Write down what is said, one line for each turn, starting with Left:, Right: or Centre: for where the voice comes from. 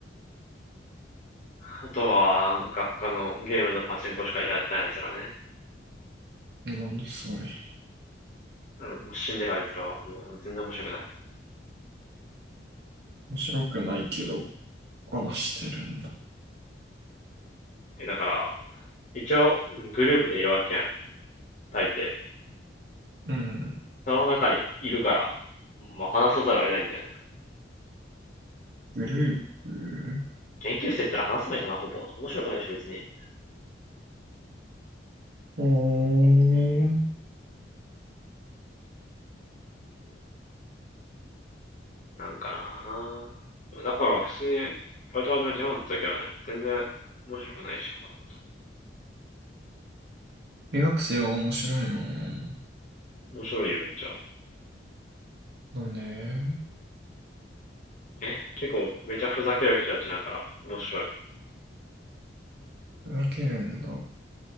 Left: あとは、学科のゲームのパチンコしかやったんやつらね。
Right: なんだそれ。
Left: うん、もう死んでるあいつらは、もう全然面白くない。
Right: 面白くないけど、話してるんだ。
Left: え、だから、一応、グループでいるわけやん、大抵。
Right: うん。
Left: その中にいるから、まあ話さざるを得ないんだよね。
Right: グループ
Left: 研究室行ったら話さないかな、ほぼ。面白くないし、別に。
Right: おー。うんうん
Left: なんかなぁ。だから、普通に、バイト始めてよかったけどね。全然、面白くないし、他のこと。
Right: 留学生は面白いの。
Left: 面白いよ、めっちゃ。
Right: なんで
Left: え結構、めちゃふざける人たちだから、面白い。
Right: 分けるんだ。